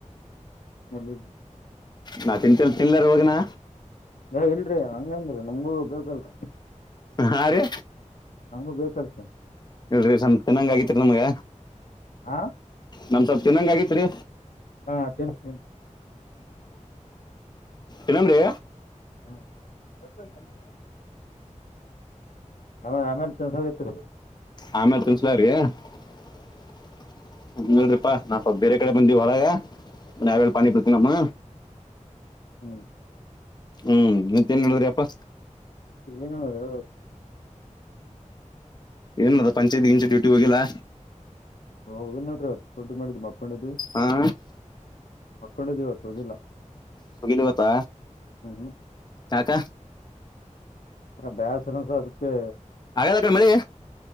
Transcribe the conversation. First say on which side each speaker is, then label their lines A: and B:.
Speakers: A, on the left (about 80°); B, on the left (about 35°).
A: ಅದ
B: ನಾ ತಿಂತಲ್ ತಿನ್ಲಾರ ಹೋಗನಾ
A: ಏ ಇಲ್ರಿ ನಂಗೇನ್ೀ ನಮ್ಗೂ ಬೇಕಲ್ರ
B: ಹಾ ರೀ
A: ನಮ್ಗೂ ಬೇಕಲ್ಸ
B: ಇಲ್ರಿ ಸ್ ಚೆನ್ನಂಗ್ ಆಗತಿರಿ ನಮ್ಗ
A: ಹಾ
B: ನಮ್ ಸ್ವಲ್ಪ ತಿನ್ನಂಗ ಆಗೈತ್ರಿ
A: ಹಾ ತಿನ್ ತಿ
B: ಎಲ್ಲಮ್ರಾ
A: ಹ್ಮ ಆ ಆಮೇಲ್ ತಸೋಗತ್ೀ
B: ಆಮೇಲೆ ತಿಳ್ಸಲಾರೀಡ್ರಿಪಾ ನಾ ಬೇರೆ ಕಡೆ ಬಂದಿವವಿ ಹೊರಾಗ ಯಾವೇಳ ಪಾನಿ ಬಿಡ್ತೀ ನಮ್ಮ
A: ಹ್ಮ್
B: ಹ್ಮ್ ಮತ್ತೇನ್ ಹೇಳುದ್ರಿ ಅಪ್ಪಾ
A: ಏನು ಹೇಳ
B: ಏನ್ ಮದ ಪಂಚಾಯತಿಗಿಂಚ ಡ್ಯೂಟಿ ಹೋಗಿಲ್ಲಾ
A: ಹಓ್ ಇ ನಡ್ರರಿವತ್ತ್ತುದುಡ್ ಮಾಡ್ ಮಕ್ ಹಕ್ಕೊಂಡಿದ್ದ
B: ಹಾ
A: ಹಕ್ಕೊಂಡಿದ್ದೆ ಇವತ್ತು ಹೋಗಿಲ್ಲ
B: ಮುೋಗಿಲಿ ಗತ್ತಾ
A: ಹ್ಮ್
B: ಯಕ
A: ಹ ಬಸರಸ ಅದಕ್ಕೆ
B: ಆಗದ ಕಡೆ ಮಳಿ